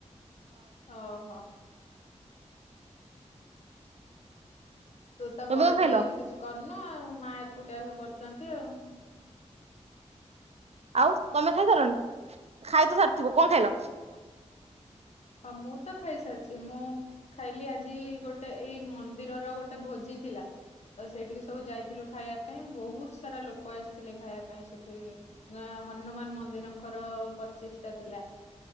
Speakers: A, on the left; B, on the right.
A: ଓ ହୋ। ତୁ ତ
B: ତମେ
A: ବଡ଼
B: କଣ ଖାଇଲ
A: ଝିଅ ହେଇକି କିଛି କରିନୁ-ଉ ମା ଏକୁଟିଆ ସବୁ କରୁୁ ଛନ୍ତି ଆଉ।
B: ଆଉ ତମେ ଖାଇ ସାରିଲଣି ଖାଇ ତ ସାରିଥିବ କଣ ଖାଇଲ?
A: ହ ମୁଁ ତ ଖାଇସାରିଛି ମୁଁ ଖାଇଲି ଆଜି ଗୋଟେ ଏଇ ମନ୍ଦିରର ଗୋଟେ ଭୋ ଭୋଜିଥିଲା। ତ ସେଇଠିକି ସବୁ ଯାଇଥିଲୁ ଖାଇବା ପାଇଁ ବହୁତ ସାରା ଲୋକ ଆସିଥିଲେ ଖାଇବା ପାଇଁ ସେଠି ଅ ହନୁମାନ ମନ୍ଦିରଙ୍କର ପଚିଷ୍ଟା ଥିଲା,